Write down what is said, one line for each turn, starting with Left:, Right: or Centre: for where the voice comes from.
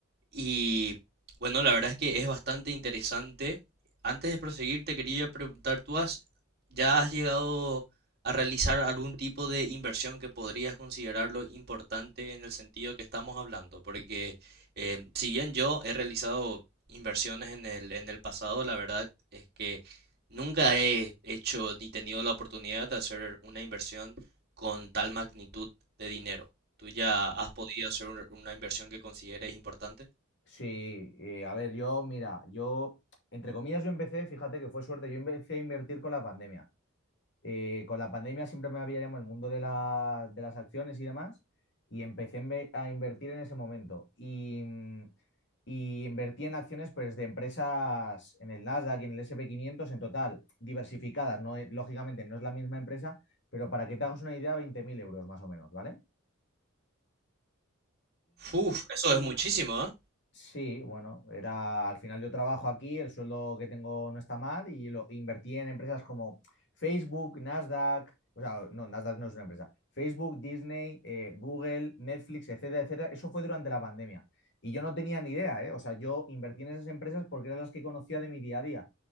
Right: Y bueno, la verdad es que es bastante interesante. Antes de proseguir, te quería preguntar, ¿tú has, ya has llegado a realizar algún tipo de inversión que podrías considerarlo importante en el sentido que estamos hablando? Porque eh, si bien yo he realizado inversiones en el, en el pasado, la verdad es que nunca he hecho ni tenido la oportunidad de hacer una inversión con tal magnitud de dinero. ¿Tú ya has podido hacer un- una inversión que consideres importante?
Left: Sí, eh, a ver, yo, mira, yo, entre comillas, yo empecé, fíjate que fue suerte, yo empecé a invertir con la pandemia. Eh, con la pandemia siempre me había llamado el mundo de, la- de las acciones y demás, y empecé en ve- a invertir en ese momento. Y, mm, y invertí en acciones pues, de empresas en el Nasdaq y en el S y p quinientos, en total, diversificadas, no, Eh, lógicamente no es la misma empresa, pero para que te hagas una idea, 20.000 euros más o menos, ¿vale?
Right: Uf, eso es muchísimo, ¿eh?
Left: Sí, bueno, era al final yo trabajo aquí, el sueldo que tengo no está mal y lo invertí en empresas como Facebook, Nasdaq, o sea, no, Nasdaq no es una empresa, Facebook, Disney, eh, Google, Netflix, etcétera, etcétera. Eso fue durante la pandemia y yo no tenía ni idea, ¿eh? O sea, yo invertí en esas empresas porque eran las que conocía de mi día a día.